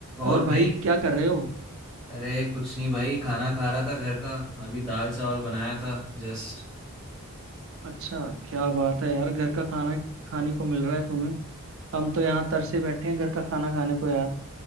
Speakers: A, in the centre; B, on the right.
A: और
B: और
A: भाई
B: भाई क्या कर रहे हो
A: अरे कुछ नहीं भाई खाना खा रहा था घर का अभी दाल चावल बनाया था जस्ट
B: अच्छा क्या बात है यार घर का खाना खाने को मिल रहा है तुम्हें हम तो यहाँ तरसे बैठे हैं घर का खाना खाने को यार